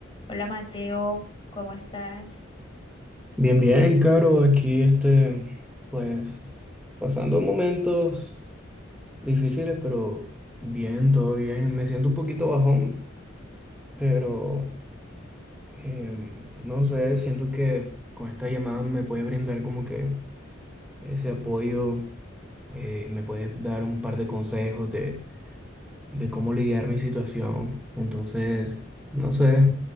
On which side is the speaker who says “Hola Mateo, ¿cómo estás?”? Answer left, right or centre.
Left